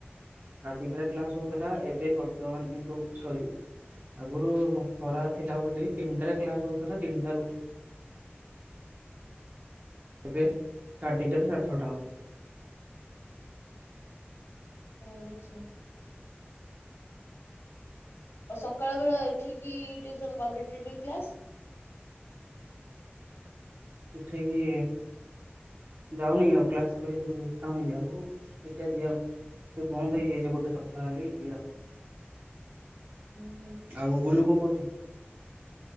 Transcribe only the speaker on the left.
ଉଁ ଆଚ୍ଛା। ଆଉ ସକାଳ ବେଳା ଏଠିକି ଟିଉସନ୍ କମ୍ପିଟେଟିଭ କ୍ଲାସ୍।
ହୁଁ।